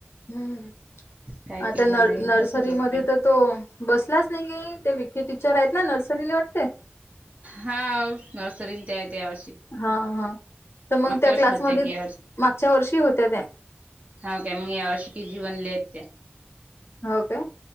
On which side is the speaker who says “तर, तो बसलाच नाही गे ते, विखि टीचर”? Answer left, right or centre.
Left